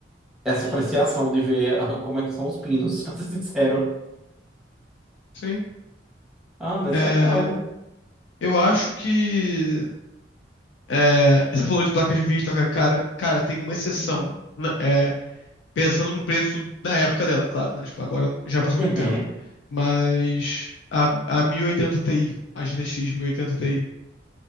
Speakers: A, in the centre; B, on the left.
A: essa apreciação de ver ah, como é que são os pinos, <laughs> pra ser sincero.
B: Sim.
A: Ah, mas
B: É,
A: legal.
B: eu acho que. é, você falou de placa de vídeo, e tal, cara, cara, tem uma
A: Uhum.
B: exceção. né? É, Pensando no preço da época dela, claro, né? Tipo, agora já passou
A: Uhum.
B: muito tempo. Mas a, a 1080 Ti, a GTX 1080 Ti,